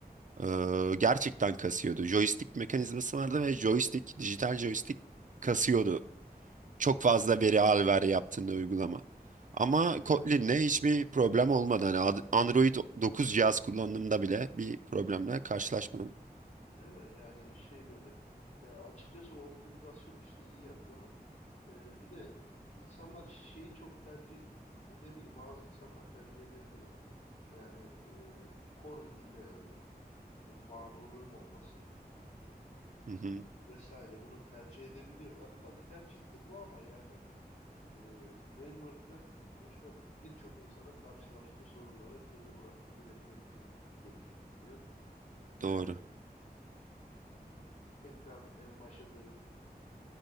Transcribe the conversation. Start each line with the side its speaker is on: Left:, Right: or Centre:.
Right: Ee, gerçekten kasıyordu. Joystick mekanizması vardı ve joystick, dijital joystick kasıyordu. Çok fazla
Left: Evet evet.
Right: veri al ver yaptığında uygulama. Ama
Left: Aynen
Right: Kotlin'le
Left: yani.
Right: hiçbir problem olmadı. Hani Ad- Android 9 cihaz kullandığımda bile bir problemle karşılaşmadım.
Left: Değil mi? Yani şey böyle. Ya açıkçası o optimizasyon işini iyi yapıyorlar. Ee, bir de insanlar şeyi çok tercih edebiliyor. Bazı insanlar tercih edebiliyor. Yani e, kor bir dille yazayım. e, bağımlılığım olmasın
Right: Hı hı,
Left: vesaire. Bunu tercih edebiliyorlar. Tabii tercihtir bu ama yani e, frameworkler sonuçta birçok insanın karşılaştığı sorunlara çözüm ura- üretmek için geliştiriliyor. Yani
Right: doğru.
Left: tekrar en başa dönüp